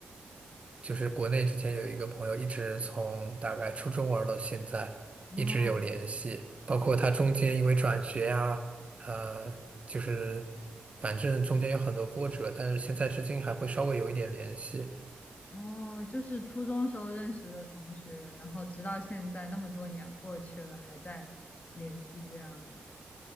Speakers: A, on the right; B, on the left.
A: 就是国内之前有一个朋友，一直从大概初中玩到现在，
B: 哦
A: 一直有联系。包括他中间因为转学呀、呃，就是反正中间有很多波折，但是现在至今还会稍微有一点联系。
B: 哦，就是初中时候认识的同学，然后直到现在那么多年过去了，还在联系这样吗？